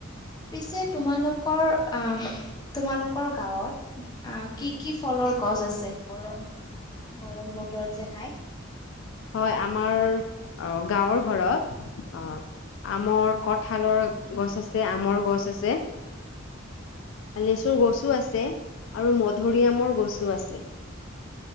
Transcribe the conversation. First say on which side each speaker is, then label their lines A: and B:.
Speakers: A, on the left; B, on the left.
A: পিছে তোমালোকৰ, আহ তোমালোকৰ গাঁৱত আ কি কি ফলৰ গছ আছে, গৰম গৰম বতৰত যে খাই?
B: হয়, আমাৰ অ গাঁৱৰ ঘৰত অ আমৰ, কঠালৰ গছ আছে, আমৰ গছ আছে লেচুৰ গছো আছে আৰু মধুৰিআমৰ গছো আছে।